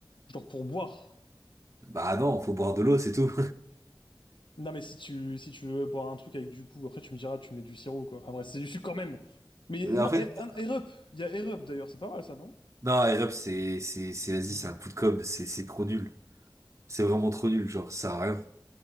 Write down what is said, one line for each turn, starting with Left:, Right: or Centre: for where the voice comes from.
Left: Genre pour boire.
Right: Bah non, faut boire de l'eau, c'est tout.
Left: Non, mais si tu, si tu veux boire un truc avec du coup, après, tu me diras, tu mets du sirop, quoi. Enfin, bref, c'est du sucre quand même. Mais
Right: <laughs>
Left: non,
Right: En fait,
Left: Air Air Up. Il y a Air Up, d'ailleurs. C'est pas mal, ça, non?
Right: non, Airup, c'est, c'est, c'est, vas-y, c'est un coup de com', c'est, c'est trop nul. C'est vraiment trop nul, genre, ça sert à rien.